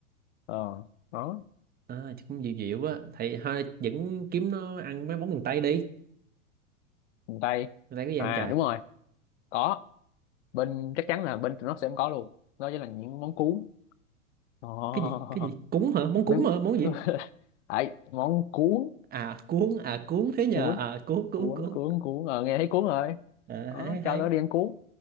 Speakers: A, on the left; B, on the right.
A: ờ đó
B: à chứ cũng dịu dịu á thầy thôi vẫn kiếm nó ăn mấy món miền Tây đi
A: miền Tây
B: miền Tây có gì ăn
A: à
B: trời
A: đúng rồi có bên chắc chắn là bên tụi nó sẽ không có luôn đó chính là những món cuốn oh.
B: cái gì cái gì cuốn hả món cuốn
A: mấy
B: hả món gì
A: <laughs> ấy món cuốn
B: à cuốn à cuốn thế nhờ
A: cuốn
B: à cuốn cuốn
A: cuốn
B: cuốn
A: cuốn cuốn ờ, nghe thấy cuốn rồi
B: à,
A: đó
B: hay
A: cho
B: hay
A: tao đi ăn cuốn